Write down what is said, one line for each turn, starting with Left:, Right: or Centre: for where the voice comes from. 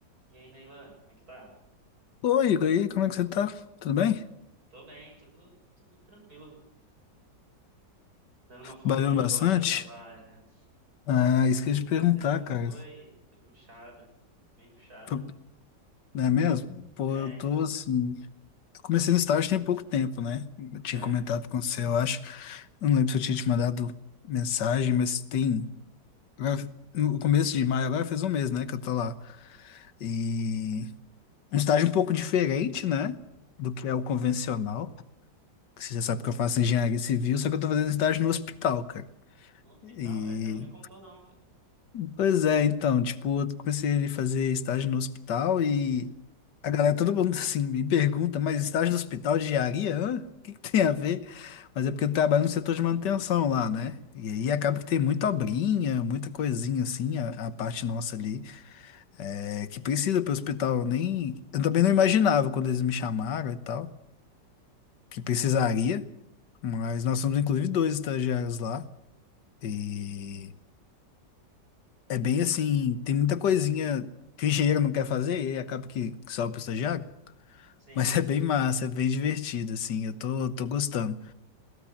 Right: E aí, Nailan, como é que tá?
Left: Oi, Igor, e aí, como é que você tá? Tudo bem?
Right: Tô bem, tudo, tudo tranquilo. Dando uma folguinha
Left: Trabalhando bastante?
Right: agora do trabalho, cara.
Left: Ah, esqueci
Right: Essa
Left: de perguntar,
Right: semana
Left: cara.
Right: foi, foi puxada, bem puxada.
Left: Foi- Não é mesmo? Pô,
Right: É,
Left: eu tô
Right: então,
Left: assim. eu Comecei no estágio tem pouco tempo, né? Eu tinha
Right: é,
Left: comentado com você, eu acho. Eu não lembro se eu tinha te mandado mensagem, mas tem. agora- No começo de maio, agora fez um mês, né, que eu tô lá. E. Um estágio um pouco diferente, né? Do que é o convencional. Você já sabe que eu faço engenharia civil, só que eu tô fazendo estágio no hospital, cara.
Right: no hospital,
Left: E
Right: é, você não me contou não, cara.
Left: Pois é, então, tipo, eu comecei a fazer estágio no hospital e a galera, todo mundo <laughs> assim, me pergunta, mas estágio no hospital de diaria? Hã? O que que tem a ver? Mas é porque eu trabalho no setor de manutenção lá, né? E aí acaba que tem muita obrinha, muita coisinha assim, a, a parte nossa ali, é, que precisa para o hospital. Eu Nem, eu também não imaginava quando eles me chamaram e tal, que precisaria, mas nós somos inclusive dois estagiários lá. E É bem assim, tem muita coisinha que o engenheiro não quer fazer e aí acaba que que sobra pro estagiário, <laughs>
Right: Sim,
Left: mas é bem massa, é bem divertido, assim, eu tô, tô gostando.